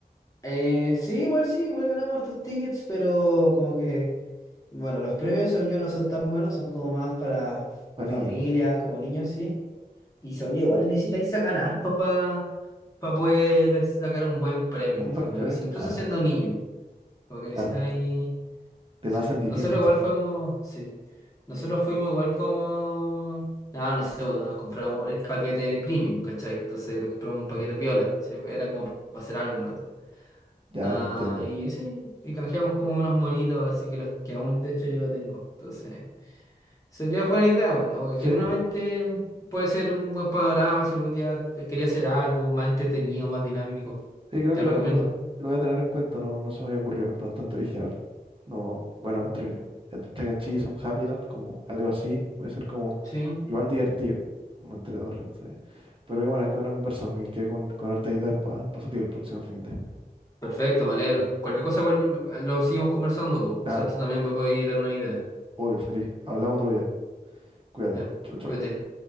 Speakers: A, on the left; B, on the right.
A: Eh, sí, igual sí, igual ganamos hartos tickets, pero como que, bueno, los premios según yo no son tan buenos, son como más para
B: Para
A: familias,
B: niños.
A: como niños, sí. Y según yo igual necesitáis sacar harto para poder sacar un buen premio,
B: ¿Un
A: según
B: buen premio?
A: yo, si- incluso
B: Ah,
A: siendo niño, como que
B: claro.
A: necesitáis...
B: Te
A: Sí,
B: la hacen difícil.
A: nosotros igual
B: sí.
A: fuimos, sí, nosotros fuimos igual como, nada, no sé, bueno, nos compramos el paquete premium, ¿cachai? Entonces nos compramos un
B: Ujú,
A: paquete piola, sí, era como para hacer algo, en ¿verdad?
B: Ya
A: Ah,
B: te entiendo.
A: y sí, y canjeamos como unos monitos, así que los que aún de hecho yo lo tengo, entonces, sería buena idea, bueno, o
B: Sí,
A: genuinamente puede ser un buen panorama si algún día te quería hacer algo más entretenido, más dinámico,
B: sí, creo
A: te
B: que lo,
A: recomiendo.
B: lo- lo voy a tener en cuenta. No, no se me había ocurrido. Bastante original. No, bueno, entre
A: Mm.
B: el, entre Chuck E. Cheese, un Happyland, como algo así, puede ser como
A: Sí,
B: igual divertido, como entre dos rindes. sí. Pero qué buena, van a conversar Joaquín, que con, con hartas ideas para salir el próximo fin de.
A: Perfecto, me alegro. Cualquier cosa igual eh, lo seguimos conversando, pues.
B: Claro,
A: Quizás tú también me puedes dar una idea.
B: obvio, feliz. Hablamos otro día. Cuídate.
A: Ya,
B: Chau, chau.
A: cuídate.